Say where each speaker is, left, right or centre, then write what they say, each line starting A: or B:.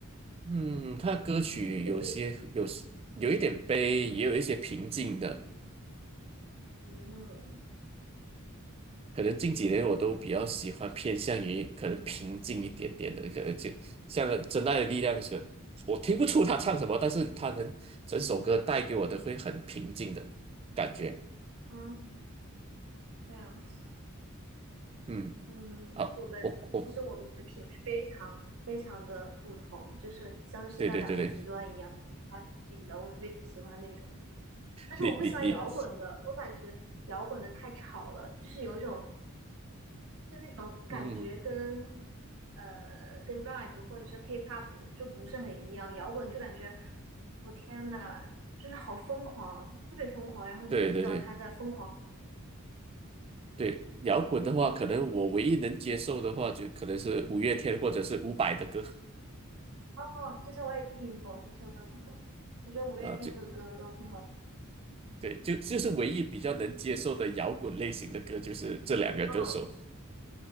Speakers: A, on the right (about 25°); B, on the right (about 65°).
A: 嗯，他歌曲有些有有一点悲，
B: 也是背景。
A: 也有一些平静的。
B: 嗯
A: 可能近几年我都比较喜欢偏向于可能平静一点点的，可能就像《真爱的力量》是，我听不出他唱什么，但是他能整首歌带给我的会很平静的感觉。
B: 嗯，这样子。
A: 嗯，
B: 嗯，
A: 啊，
B: 我们其实我们的品味非常非常的不同，
A: 我我
B: 就是像是在两个极端一样发挺近的。
A: 对对对对，
B: 我特别喜欢那种，但是我不喜欢摇滚的，
A: 你你你，
B: 我感觉摇滚的太吵了，就是有一种就那种感觉跟
A: 嗯，
B: 呃跟 rap 或者是 K-pop 就不是很一样，摇滚就感觉我天呐，就是好疯狂，特别疯狂，然后你也不知道他在疯狂。
A: 对对对。对，摇滚的话，可能我唯一能接受的话，就可能是五月天或者是伍佰的歌
B: 哦，这些我也听过，这些我也听过，我觉得五月天的歌都挺好的。
A: 啊，就对，就就是唯一比较能接受的摇滚类型的歌，就是这两个歌手，
B: 嗯，